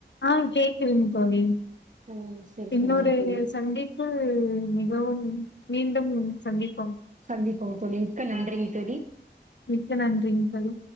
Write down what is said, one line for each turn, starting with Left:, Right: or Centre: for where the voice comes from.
Left: ஆஹ் கேட்குதுங்க தோழி
Right: ம் சரி
Left: இன்னொரு
Right: சரிங்க தோழி
Left: சந்திப்பு மிகவும் மீண்டும் சந்திப்
Right: சந்திப்போம் தோலி மிக்க நன்றிங்க தோலி
Left: மிக்க நன்றிங்க தோலி